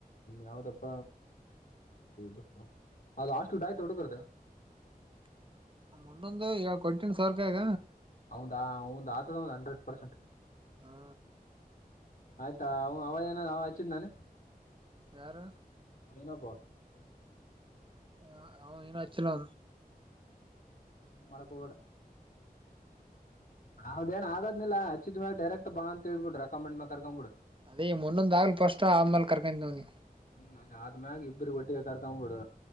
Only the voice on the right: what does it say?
<inaudible> ಮೊನ್ನೊಂದು ಈಗ ಕೊಟ್ಟನ್ ಸರ್ಕಾಗ
ಹಾ
ಯಾರು
ಹ ಅವನ್ ಏನ ಆಚಲಾ
ಅದೇ ಮುನ್ನೊಂದ ಆಗಲಿ ಪಸ್ಟ ಆಮೇಲ್ ಕರ್ಕೊಂತವನಿ